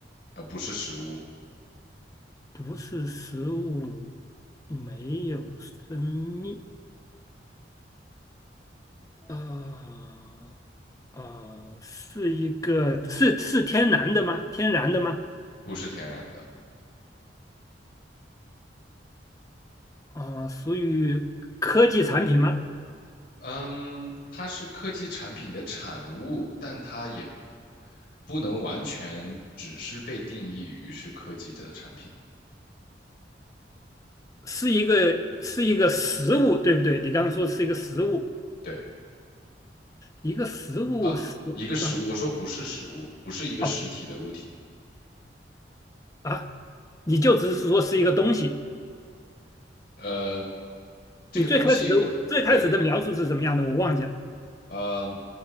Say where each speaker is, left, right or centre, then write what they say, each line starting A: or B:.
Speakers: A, on the left; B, on the left.
A: 呃，不是食物，
B: 不是食物，没有生命。呃，啊，是一个是是天然的吗？天然的吗？
A: 不是天然的，
B: 啊、属于科技产品吗？
A: 嗯，它是科技产品的产物，但它也不能完全只是被定义于是科技的产品。
B: 是一个是一个实物，对不对？你刚刚说是一个实物，
A: 对
B: 一个实物食啊
A: 啊，一个实物，我说不是实物，不是一个实体的物体。
B: 哦啊，你就只是说是一个东西。
A: 呃，这个东西我对
B: 你最开始的最开始的描述是什么样的？我忘记了
A: 呃